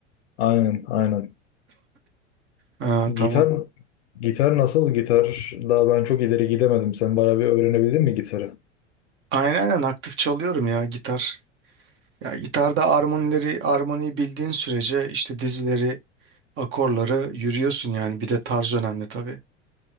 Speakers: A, on the left; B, on the right.
A: aynen aynen.
B: Ha, tamam.
A: Gitar gitar nasıl? Gitar daha ben çok ileri gidemedim. Sen bayağı bir öğrenebildin mi gitarı?
B: Aynen aynen aktif çalıyorum ya gitar. Ya gitarda armonileri, armoniyi bildiğin sürece işte dizileri, akorları yürüyorsun yani. Bir de tarz önemli tabii.